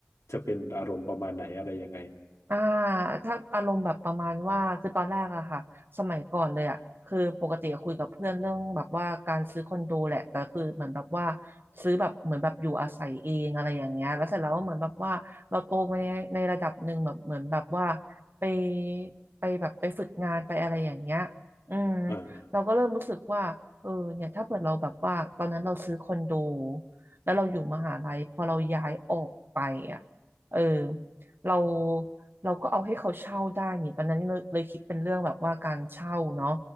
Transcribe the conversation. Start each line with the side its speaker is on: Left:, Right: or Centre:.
Left: จะเป็นอารมณ์ประมาณไหนอะไรยังไง
Right: อ่าถ้าอารมณ์แบบประมาณว่าคือตอนแรกอะค่ะ สมัยก่อนเลยอะคือปกติอะคุยกับเพื่อนเรื่องแบบว่าการซื้อคอนโดแหละแต่คือเหมือนแบบว่าซื้อแบบเหมือนแบบอยู่อาศัยเองอะไรอย่างเงี้ยแล้วเสร็จแล้วเหมือนแบบว่าเราโตมาในในระดับหนึ่งแบบเหมือนแบบว่าไปไปแบบไปฝึกงานไปอะไรอย่างเงี้ยอืม
Left: อ่า
Right: เราก็เริ่มรู้สึกว่าเออเนี่ยถ้าเกิดเราแบบว่าตอนนั้นเราซื้อคอนโดแล้วเราอยู่มหาลัยพอเราย้ายออกไปอะเออเรา เราก็เอาให้เขาเช่าได้นี่ตอนนั้นเลยเลยคิดเป็นเรื่องแบบว่าการเช่าเนาะ